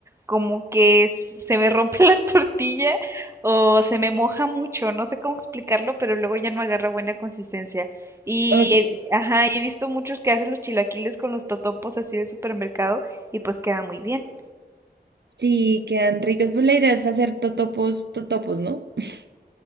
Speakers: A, on the right; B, on the right.
A: como que s- se me rompe <laughs> la tortilla o se me moja mucho, no sé cómo explicarlo, pero luego ya no agarra buena consistencia. Y
B: Ok.
A: he- ajá, he visto muchos que hacen los chilaquiles con los totopos así del supermercado y pues queda muy bien.
B: Sí, quedan ricos. Pues la idea es hacer totopos, totopos, ¿no? <laughs>